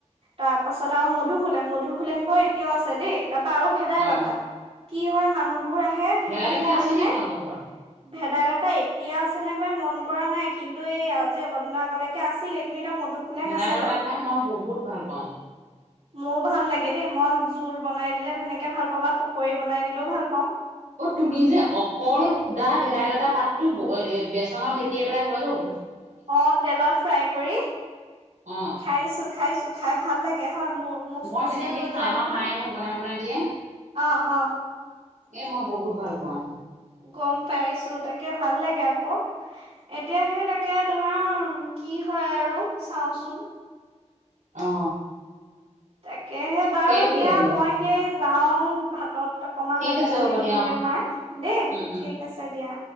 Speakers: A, on the right (about 55°); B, on the right (about 85°).
A: তাৰ পাছত আৰু মধুসোলেং মধুসোলেং বাও এতিয়াও আছে দেই তাৰপা আৰু ভেদাইলতা
B: অ',
A: কি হয় মানুহবোৰ আহে
B: ভেদাইলতা
A: হেৰি নিও
B: আছে নি
A: নে
B: তোমালোকৰ ঘৰত?
A: ভেদাইলত তা এতিয়া আছে নে পাই মন কৰা নাই কিন্তু এই আজি অলপ দিনৰ আগলৈকে আছিলে কিন্তু এতিয়া মধু খোলেং
B: ভেদাইলতা
A: আছে বাৰু
B: খাই মই বহুত ভাল পাওঁ
A: মইয়ো ভাল লাগে দেই মই জোল বনাই দিলে তেনেকে ভাল পাওঁ বা পকৰি বনাই দিলেও ভাল পাওঁ
B: অ তুমি যে অকল সুধা ভেদাইলতা পাতটো <unintelligible> বেচনত লেটিয়াই পেলাই খাবা চোন
A: অ তেলত ফ্ৰাই কৰি
B: অ'।
A: খাইছো খাইছো খাই ভাল লাগে হয় মোৰ মোচমোচিয়া
B: মই তেনেকেই
A: হৈ
B: খাওঁ,
A: যায়
B: আমাৰ
A: নহয়
B: মায়ে মোক বনাই বনাই দিয়ে।
A: অ অ
B: এ মই বহুত ভাল পাওঁ
A: গম পাইছো তাকে ভাল লাগে আকৌ এতিয়া সেই তাকে তোমাৰ কি হয় আৰু চাওচোন
B: অ
A: তাকেহে বাৰু
B: সেইটোৱে
A: দিয়া
B: বাৰু।
A: মই সেই যাও ভাতত ত অকমান
B: ঠিক
A: লাগি
B: আছে
A: মেলি
B: হ'ব দিয়া,
A: দিওঁগে মাক দেই
B: উম, উম।
A: ঠিক আছে দিয়া